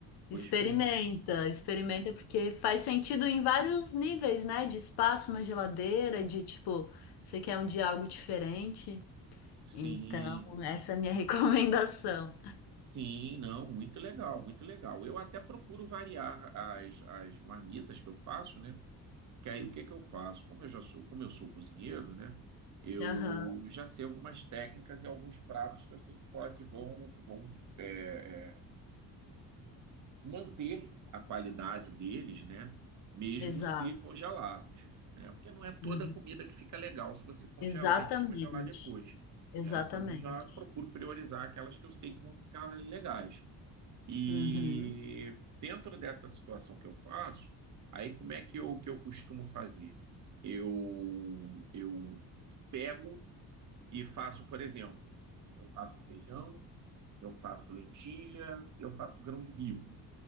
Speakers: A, on the right; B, on the left.
A: Vou
B: Experimenta,
A: experimentar.
B: experimenta porque faz sentido em vários níveis, né? De espaço na geladeira, de tipo, você quer um dia algo diferente. Então,
A: Sim,
B: essa é a minha <laughs> recomendação.
A: sim, não, muito legal, muito legal. Eu até procuro variar as, as marmitas que eu faço, né? Que aí o que que eu faço? Como eu já sou, como eu sou cozinheiro, né? Eu
B: Aham,
A: já sei algumas técnicas e alguns pratos que eu sei que, po- que vão, que vão é, é, manter a qualidade deles, né? Mesmo
B: exato.
A: se congelados, né? Porque não é toda
B: Uhum.
A: a comida que fica legal se você congelar
B: Exatamente.
A: e descongelar depois,
B: Exatamente.
A: né? Então eu já procuro priorizar aquelas que eu sei que vão ficar legais. E
B: Uhum.
A: dentro dessa situação que eu faço, aí como é que eu, que eu costumo fazer? Eu, eu pego e faço, por exemplo, eu faço feijão, eu faço lentilha, eu faço grão de bico